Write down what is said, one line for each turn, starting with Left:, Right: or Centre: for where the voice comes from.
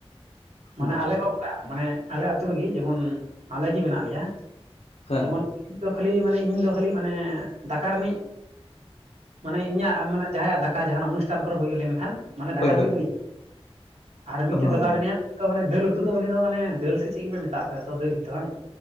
Right: ᱢᱟᱱᱮ
Left: ᱢᱮ
Right: ᱟᱞᱮ ᱦᱚᱸ ᱚᱱᱠᱟ, ᱢᱟᱱᱮ ᱟᱞᱮ ᱟᱹᱛᱩᱳ ᱨᱮᱜᱮ, ᱡᱮᱢᱚᱱ ᱟᱞᱮ ᱜᱮ ᱢᱮᱱᱟᱜ ᱞᱮᱭᱟ
Left: ᱦᱮᱸ
Right: ᱡᱮᱢᱚᱱ ᱤᱧ ᱫᱚ ᱠᱷᱟᱹᱞᱤ ᱢᱟᱱᱮ, ᱤᱧ ᱫᱚ ᱠᱷᱟᱹᱞᱤ ᱢᱟᱱᱮ ᱫᱟᱠᱟ ᱨᱤᱱᱤᱡ ᱢᱟᱱᱮ ᱤᱧᱟᱹᱜ ᱢᱟᱱᱮ ᱡᱟᱦᱟᱸᱭᱟᱜ ᱫᱟᱠᱟ ᱡᱟᱦᱟᱱᱟᱜ ᱚᱱᱩᱥᱴᱷᱟᱱ ᱠᱚᱨᱮ ᱦᱩᱭ ᱞᱮᱱᱠᱷᱟᱱ, ᱢᱟᱱᱮ ᱫᱟᱠᱟ
Left: ᱦᱳᱭ
Right: ᱞᱟᱹᱜᱤᱫ
Left: ᱦᱳᱭ
Right: ᱫᱚ ᱤᱧ᱾ ᱟᱨ ᱢᱤᱫᱴᱮᱡ
Left: ᱦᱚᱸ
Right: ᱫᱟᱫᱟ ᱢᱮᱱᱟᱭᱟ ᱩᱱᱤ ᱫᱚ, ᱢᱟᱱᱮ ᱫᱟᱹᱞ ᱩᱛᱩ ᱫᱚ ᱩᱱᱤ ᱫᱚ ᱢᱟᱱᱮ ᱫᱟᱹᱞ ᱥᱮ ᱪᱮᱫ ᱜᱮᱯᱮ ᱢᱮᱛᱟᱜ ᱯᱮ ᱛᱚ ᱫᱟᱹᱞ ᱜᱮᱛᱚ ᱵᱟᱝ?